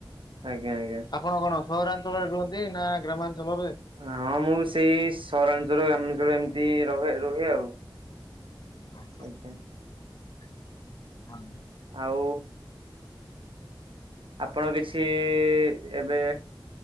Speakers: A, on the right (about 85°); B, on the left (about 55°).
A: ଆଜ୍ଞା ଆଜ୍ଞା।
B: ଆପଣ କଣ ସହରାଞ୍ଚଳରେ ରୁହନ୍ତି ନା ଗ୍ରାମାଞ୍ଚଳରେ?
A: ହଁ ମୁଁ ସେଇ ସହରାଞ୍ଚଳ ଗ୍ରାମାଞ୍ଚଳ ଏମିତି ରହେ ରୁହେ ଆଉ।
B: <inaudible>
A: ଆଜ୍ଞା
B: <inaudible>
A: ଆଉ ଆପଣ କିଛି ଏବେ